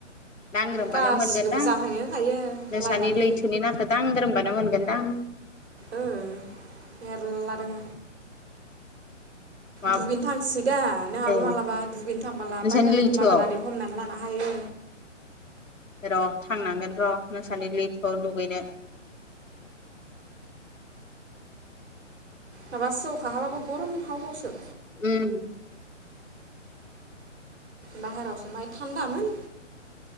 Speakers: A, on the left; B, on the right.
A: दांग्रोमबानो
B: गासिखौबो
A: मोनगोनदां
B: जाफायनो होखायो
A: नोंसानि
B: लायनानै
A: लैथोनि नाखौ दांग्रोमबानो मोनगोनदां।
B: ओं मेरला दं।
A: मा
B: दुगैनो थांसैदा नोंहाबो
A: ए
B: मालाबा दुगैनो थांबला
A: नोंसानि
B: बायनानै
A: लैथोआव
B: माबानानै हमनानै ला हायो
A: र' थांनांगोन र' नोंसानि लैथैयाव दुगैनो।
B: माबा सेवखाबाबो गरम हावा हावसो।
A: उम।
B: बाहेरायावसो माइ थान्दामोन